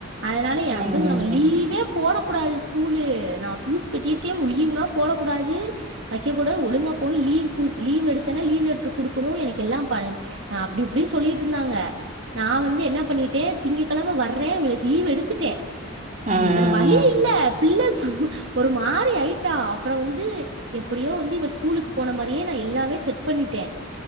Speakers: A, on the right; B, on the right.
A: அதுனால எ
B: ம் ம்
A: ஹஸ்பண்ட் சொனாங்க லீவே போடக்கூடாது ஸ்கூலு நா ஃபீஸ் கட்டிர்க்கே லீவுலா போடக்கூடாது வ க்க கூடாது ஒழுங்கா போ லீவ் குடு லீவ் எடுத்தன லீவ் லெட்ரு குடுக்குனு எனக்கு எல்லா ப அப்டி இ சொல்லிட்ருந்தாங்க நா வந் து என்ன பண்ணிட்டே திங்ககழம வர்றே இவளுக்கு லீவ் எடுத்துட்டே
B: ம் ம்
A: வேற வழி இல்ல பிள்ள ஒரு மாரி ஆய்ட்டா அப்ற வந்து எப்புடியோ வந்து இவ ஸ்கூலுக்கு போன மாரியே நா எல்லாமே செட் பண்ணிட்டே